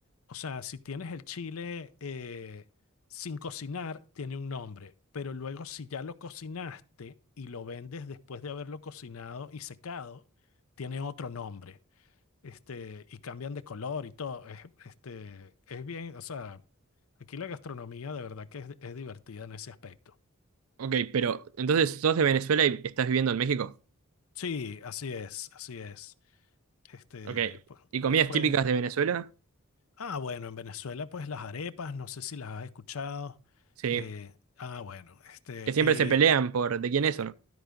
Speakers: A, on the left; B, on the right.
A: O sea, si tienes el chile eh, sin cocinar, tiene un nombre. Pero luego, si ya lo cocinaste y lo vendes después de haberlo cocinado y secado, tiene otro nombre. Este, y cambian de color y todo. Es, este, es bien, o sea, aquí la gastronomía de verdad que es, es divertida en ese aspecto.
B: Ok, pero entonces sos de Venezuela y estás viviendo en México.
A: Sí, así es, así es. Este,
B: Ok.
A: pues
B: ¿Y comidas
A: pues fue.
B: típicas de Venezuela?
A: Ah, bueno, en Venezuela, pues las arepas, no sé si las has escuchado.
B: Sí.
A: Eh, ah, bueno, este,
B: Que siempre
A: y
B: se pelean por de quién es o no.